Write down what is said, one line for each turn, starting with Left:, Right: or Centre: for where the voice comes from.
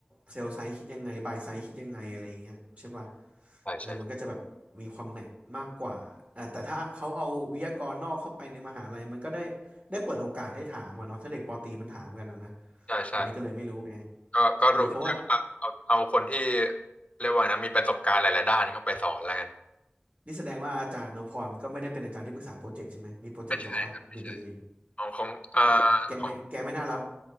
Right: เซลล์ไซส์คิดยังไงบายไซส์คิดยังไงอะไรอย่างเงี้ยใช่ป่ะ
Left: ใช่ใช่
Right: เออมันก็จะแบบมีความแมทมากกว่าเออแต่ถ้าเขาเอาวิทยากรนอกเข้าไปในมหาลัยมันก็ได้ได้เปิดโอกาสให้ถามอะเนาะถ้าเด็กปอตรีมันถามกันอะนะ
Left: ใช่ใช่
Right: อันนี้ก็เลยไม่รู้ไง
Left: ก็ก็รู้เรียกว่าเอาเอาคนที่
Right: เออเพราะว่า
Left: เรียกว่าไงนะมีประสบการณ์หลายๆด้านเข้าไปสอนแล้วกัน
Right: นี่แสดงว่าอาจารย์นพพรก็ไม่ได้เป็นอาจารย์ที่ปรึกษาโปรเจกต์ใช่ไหมมีโปรเจกต์จบป่ะ
Left: ไม่ใช่ครับไม่ใช่
Right: BBA
Left: ของของอ่า
Right: แกแกไม่แกไม่น่ารับ
Left: ของ